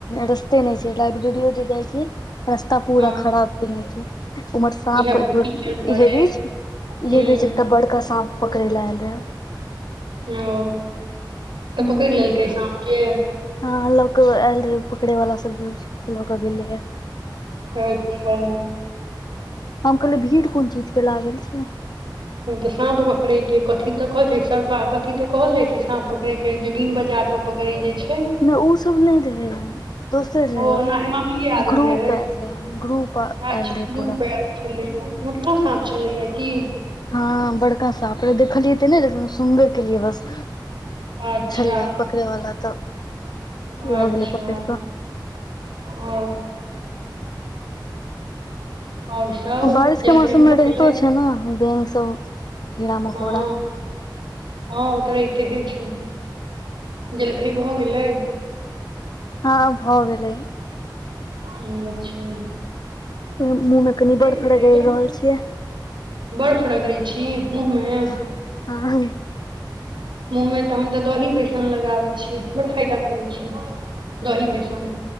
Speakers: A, on the left (about 60°); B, on the right (about 80°).
A: रस्ते न छै लाइब्रेरीयो जे जाय छी रास्ता पूरा
B: हँ
A: खराब क नहि छै उम्हर साँप
B: इह
A: एको
B: कीचड़ दुआरे
A: इहे बीज इहे
B: ह
A: बीज एकटा बड़का साँप पकड़ै लऽ आयल रहै
B: ओ तऽ
A: हूँ
B: पकड़ि लेलकै साँप के
A: हँ लऽ के आयल रहय पकड़े वालला सब जे होइ छै से लऽ केऽ गेलैऽ
B: खाय छैं
A: हम कहलियै भीड़ कोन चीज के लागल छै
B: हँ तऽ साँप पकड़यके कथी तऽ कहैत छै सर्पा कथी तऽ कहल जाइत छै साँप पकड़यके जमीन बजा कऽ पकड़ै जे छै
A: नहि ओसभ नहि रहै दोसर रहै
B: ओ ओना मामूलिये आदमी
A: ग्रुप
B: रहै
A: एल ग्रुप एल
B: अच्छा
A: रहय
B: ग्रुप
A: पूरा
B: आयल छलैया मोटका साँप छलैयै की
A: हँ बड़का साप देखलियै ते ने लेकिन सुनबे केलियै बस
B: अच्छा
A: छलै पकड़यवला तऽ
B: अच्छा
A: लऽ गेलै पकड़ कऽ
B: ओ आओर सब
A: बारिश
B: जलखइ
A: के मौसम
B: भऽ
A: मे रहितो
B: गेलै
A: छै ने बैङ्ग सब कीड़ा मकोड़ा
B: हँ हँ ओ तऽ रहितेहे छै जलखै भऽ गेलै
A: हँ भऽ गेलै
B: अचछा
A: ओहि मुह में कनी बर्फ
B: भेलैया
A: रगड़ी रहल छियै
B: बर्फ रगड़ै छी मुँह मे
A: हँ हँ
B: मुूँह मे तऽ हम तऽ दही बेसन लगाबै छियै बड़ फायदा करैत छै दही बेसन